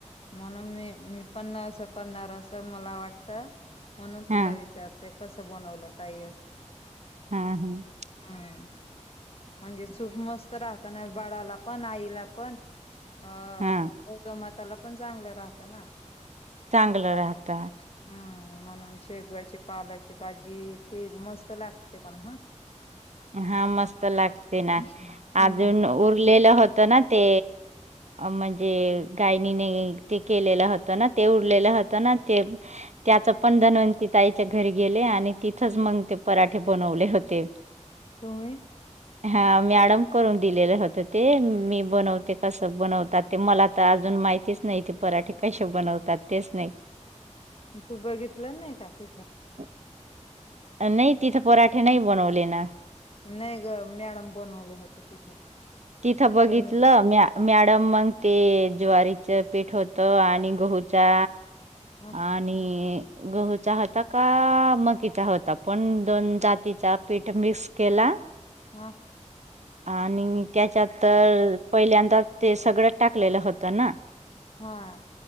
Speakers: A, on the left (about 50°); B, on the right (about 65°).
A: म्हणून मी मी पण नं करणार असं मला वाटत म्हणून
B: हा
A: तुला विचारते कसं बनवलं ताई अस
B: हा हा
A: हम् म्हणजे सूप मस्त राहताना बाळाला पण आईला पण अ
B: हा
A: जमाताला पण चांगलं राहतं ना
B: चांगलं
A: हम्म
B: राहत
A: म्हणून शेगवाची पालाची भाजी ते मस्त लागते पण हा
B: हा मस्त लागते ना
A: हम्म
B: अजून उरलेलं होत होत ना ते म्हणजे गायनीने ते केलेलं होत ना ते उरलेलं त्या पण नवती ताईच्या घरी गे आणि तिथच मग ते पराठे ब बनवले होते
A: तुम्ही
B: हा मॅडम करून दिलेलं होत ते मी बनवते कस बनवतात ते मला तर अजून माहितीच नाही, ते पराठे कसे बनवतात तेच नाही
A: तू बघितलं नाही का तिथं?
B: <inaudible> नाही तिथं पराठे नाही बनवलेणा.
A: नाही ग मॅडम बनवलं होतं तिथं.
B: तिथं बघितलं
A: बनवते
B: म मॅडम मग ते ज्वारीच पीठ होतं आणि गहूचा
A: हा
B: आणि गहूचा होता का मकीचा होता पण दोन जातीचा पीठ मिक्स केला
A: हा.
B: आणि त्याच्यात तर पहिल्यांदा ते सगळं टाकलेलं होतं ना.
A: हा.